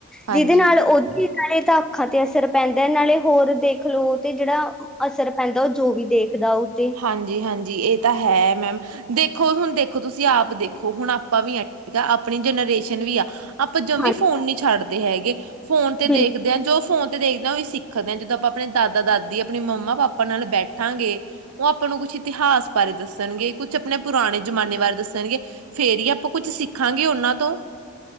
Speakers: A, in the centre; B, on the right.
A: ਜਿਦੇ
B: ਹਾਂਜੀ।
A: ਨਾਲ ਓਦੀ <unintelligible> ਤਾ ਅੱਖਾਂ ਤੇ ਅਸਰ ਪੈਂਦੈ ਨਾਲੇ ਹੋਰ ਦੇਖ ਲੋ ਤੇ ਜੜਾ ਅਸਰ ਪੈਂਦੈ, ਜੋ ਵੀ ਦੇਖਦਾ ਓ ਤੇ।
B: ਹਾਂਜੀ-ਹਾਂਜੀ ਏ ਤਾਂ ਹੈ ਮੈਮ। ਦੇਖੋ, ਹੁਨ ਦੇਖੋ ਤੁਸੀ ਆਪ ਦੇਖੋ ਹੁਣ ਆ ਪਾਂ ਵੀ ਐਂ <unintelligible> ਆ। ਆਪਣੀ ਜਨਰੇਸ਼ਨ ਵੀ ਆ। ਆਪਾਂ ਜਮੀ
A: ਹਾਂਜੀ
B: ਫੋਨ ਨੀ ਛੱਡਦੇ ਹੈਗੇ। ਫੋਨ ਤੇ
A: ਬਿਲਕੁਲ
B: ਦੇਖਦੇ ਆਂ ਜੋ ਫੋਨ ਤੇ ਦੇਖਨਾ ਓਈ ਸਿੱ ਖਦੇ ਆਂ। ਜਦੋਂ ਆਪਾਂ ਆਪਣੇ ਦਾਦਾ-ਦਾਦੀ ਆਪਣੀ ਮੰਮਾ-ਪਾਪਾ ਨਾਲ ਬੈਠਾਂਗੇ ਓ ਆਪਾਂ ਨੂੰ ਕੁਛ ਇਤਿਹਾਸ ਬਾਰੇ ਦੱਸਨਗੇ, ਕੁਛ ਆਪਣੇ ਪੁਰਾਣੇ ਜਮਾਨੇ ਬਾਰੇ ਦੱਸਨਗੇ ਫੇਰ ਈ ਆ ਪਾਂ ਕੁੱਝ ਸਿੱਖਾਂਗੇ ਓਨਾਂ ਤੋਂ।